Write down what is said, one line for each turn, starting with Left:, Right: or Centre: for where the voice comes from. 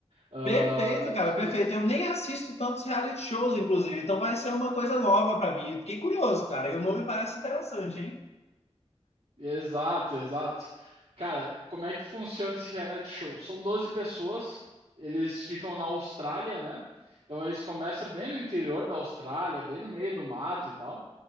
Right: Ah,
Left: Perfeito, cara, perfeito.
Right: es-
Left: Eu nem assisto tantos reality shows, inclusive, então vai ser uma coisa nova pra mim. Fiquei curioso, cara, e o nome parece interessante, hein?
Right: exato, exato. Cara, como é que funciona esse reality show? São 12 pessoas, eles ficam na Austrália, né? Então eles começam bem no interior da Austrália, bem no meio do mato e tal.